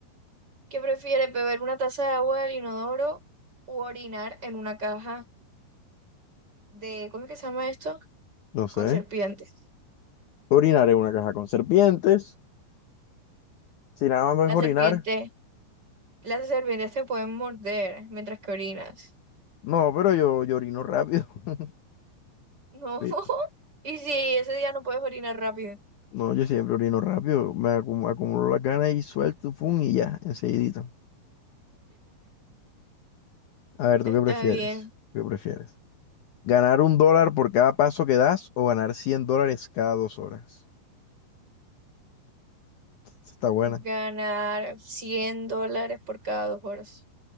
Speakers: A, on the right; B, on the left.
A: ¿Qué prefieres, beber una taza de agua del inodoro o orinar en una caja de, ¿cómo es que se llama esto?
B: no sé.
A: Con serpientes.
B: orinar en una caja con serpientes, si nada más
A: Las
B: es orinar.
A: serpientes, las serpientes te pueden morder mientras que orinas.
B: No, pero yo, yo orino rápido. <laughs>
A: No.
B: Sí.
A: <laughs> Y si ese día no puedes orinar rápido,
B: No, yo siempre orino rápido, me acumu- acumulo las ganas y suelto, pum, y ya, enseguidito. A ver,
A: está
B: ¿tú qué prefieres?
A: bien.
B: ¿Qué prefieres? ¿Ganar un dólar por cada paso que das o ganar 100 dólares cada dos horas? Esta Está buena.
A: ganar 100 dólares por cada dos horas.